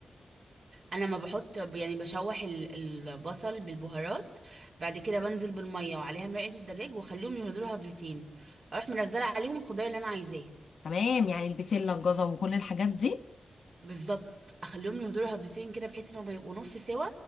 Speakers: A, on the right (about 70°); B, on the left (about 80°).
A: انا ما بحط يعني بشوح ال- البصل بالبهارات بعد كده بنزل بالميه وعليها مرقه الدجاج واخليهم يهدروا هضرتين اروح منزله عليهم الخضار اللي انا عايزاه
B: تمام يعني البسلة الجزر وكل الحاجات دي
A: بالظبط اخليهم يهدروا هضرتين كده بحيث انهم يبقوا نص سوا